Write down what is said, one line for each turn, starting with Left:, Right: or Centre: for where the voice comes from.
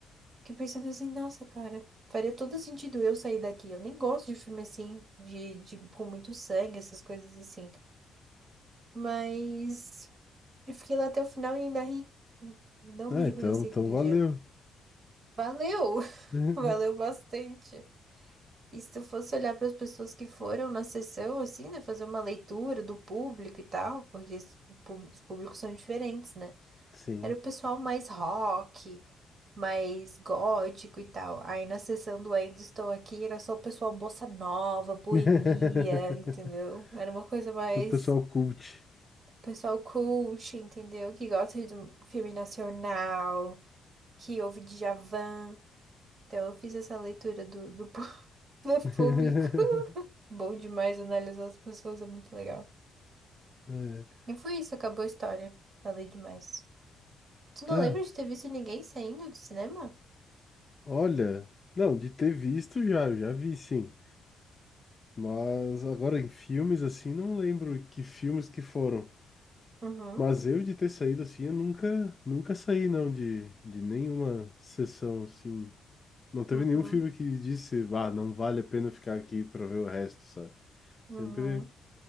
Right: Fiquei pensando assim, nossa, cara, faria todo sentido eu sair daqui. Eu nem gosto de filme assim, de, de com muito sangue, essas coisas assim. Mas. Eu fiquei lá até o final e ainda ri. Não
Left: Ah,
Right: me reconheci
Left: então, então
Right: aquele
Left: valeu.
Right: dia. Valeu! <laughs>
Left: <laughs>
Right: Valeu bastante. E se tu fosse olhar para as pessoas que foram na sessão, assim, né? Fazer uma leitura do público e tal, porque os pú- os públicos são diferentes, né?
Left: Sim.
Right: Era o pessoal mais rock, mais gótico e tal. Aí na sessão do Ainda Estou Aqui era só o pessoal bossa nova, boemia,
Left: <laughs>
Right: entendeu? Era uma coisa mais.
Left: Sou pessoal cult.
Right: Pessoal cult, entendeu? Que gosta de um filme nacional. que houve Djavan. Então eu fiz essa leitura do, do, pú- <laughs> do
Left: <laughs>
Right: público. Bom demais analisar as pessoas, é muito legal.
Left: É.
Right: E foi isso, acabou a história. Falei demais. Tu não
Left: Ah,
Right: lembra de ter visto ninguém saindo do cinema?
Left: olha. Não, de ter visto já, eu já vi sim. Mas agora em filmes assim, não lembro que filmes que foram.
Right: Uhum,
Left: Mas eu de ter saído assim, eu nunca, nunca saí não de, de nenhuma sessão assim. Não teve
Right: uhum,
Left: nenhum filme que disse, ah, não vale a pena ficar aqui pra ver o resto, sabe? Sempre
Right: uhum.